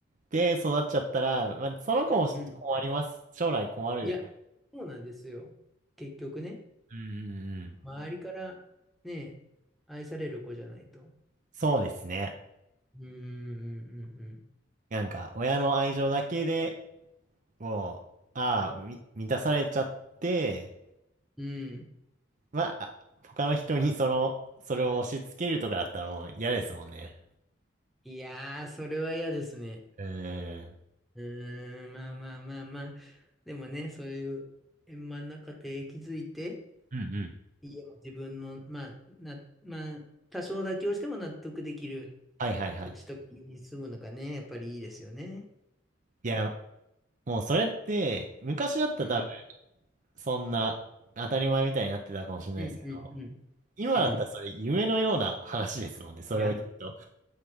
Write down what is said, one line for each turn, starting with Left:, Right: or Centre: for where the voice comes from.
Right: て育っちゃったら、まあ、その子も困ります。
Centre: うん。
Right: 将来困る。
Centre: いや、そうなんですよ。結局ね。
Right: うんうんうん。
Centre: 周りからね、愛される子じゃないと。
Right: そうですね。
Centre: うーん、うん、
Right: なんか、親の愛情だけでもう、ああ、み満たされちゃって、
Centre: うん。うん。
Right: まあ、他の人にその、それを押し付けるとかだったらもう嫌ですもんね。
Centre: いやー、それは嫌ですね。
Right: うーん。
Centre: うーん、まあまあまあまあ。でもね、そういう円満な家庭築いて、
Right: うんうん。
Centre: 家も自分の、まあ、な、まあ、多少妥協しても納得できる
Right: はいはいはい。
Centre: 土地とか家に住むのがね、やっぱりいいですよね。
Right: いや、もうそれって、昔だったら多分、
Centre: うん、
Right: そんな当たり前みたいになってたかもしれないですけど、
Centre: うん、うん、うん、
Right: 今だったらそれ夢のような話ですもんね、
Centre: うん。
Right: それを言うと。
Centre: いや、